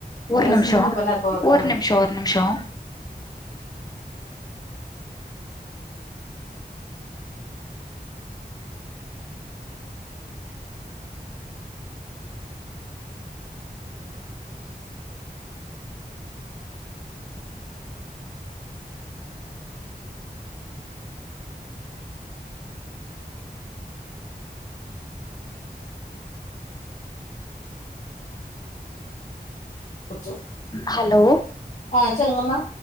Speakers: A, on the left; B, on the left.
A: நல்லா
B: ஒரு நிம்ஷோ
A: சின்ன பொண்ணா இருப்ப
B: ஒரு
A: ம்
B: நிம்ஷோ ஒர் ரு நிம்ஷோ
A: அச்சோ
B: ஹலோ
A: ஆ சொல்லுங்கம்மா